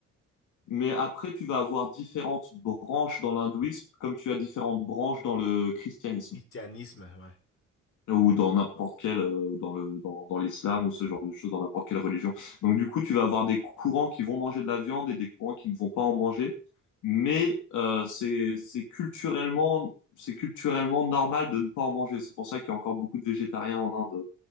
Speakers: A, on the left; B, on the left.
A: Mais après, tu vas avoir différentes branches dans l'hindouisme, comme tu as différentes branches dans le christianisme.
B: christianisme? Ouais. <laughs>
A: ou dans n'importe quelle, euh, ou dans le, dans, dans l'islam, ou ce genre de choses, dans n'importe quelle religion. Donc, du coup, tu vas avoir des courants qui vont manger de la viande et des courants qui ne vont pas en manger. Mais euh, c'est, c'est culturellement, c'est culturellement normal de ne pas en manger. C'est pour ça qu'il y a encore beaucoup de végétariens en Inde.